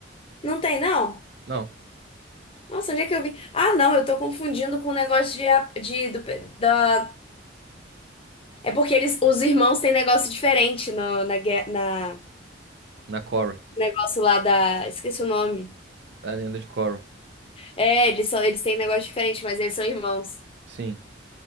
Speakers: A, on the left; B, on the right.
A: Não tem, não?
B: Não,
A: Nossa, onde é que eu vi? Ah, não, eu tô confundindo com o negócio de, a- de do, pe- da. É porque eles, os irmãos têm negócio diferente no, na, gue- na
B: na Korra,
A: negócio lá da. Esqueci o nome.
B: na lenda de Korra.
A: É, eles são, eles têm um negócio diferente, mas eles são irmãos.
B: Sim.